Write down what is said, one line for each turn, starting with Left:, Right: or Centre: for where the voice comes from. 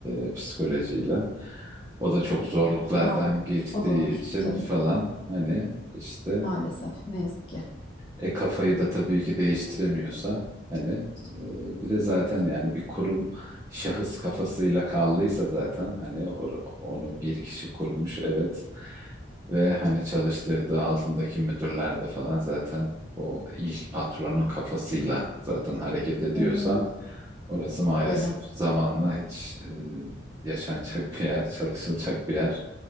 Right: e, psikolojiyle. O da çok zorluklardan
Left: Var.
Right: geçtiği
Left: O da var
Right: için
Left: tabii.
Right: falan hani işte
Left: Maalesef. Ne yazık ki.
Right: e kafayı da tabii ki değiştiremiyorsa hani e, bir de zaten yani bir kurum şahıs kafasıyla kaldıysa zaten hani or- onu bir kişi kurmuş evet ve hani çalıştırdığı altındaki müdürler de falan zaten o ilk patronun kafasıyla zaten hareket ediyorsa
Left: Ee,
Right: orası maalesef
Left: Öyle.
Right: zamanla hiç e, yaşanacak bir yer, çalışılacak bir yer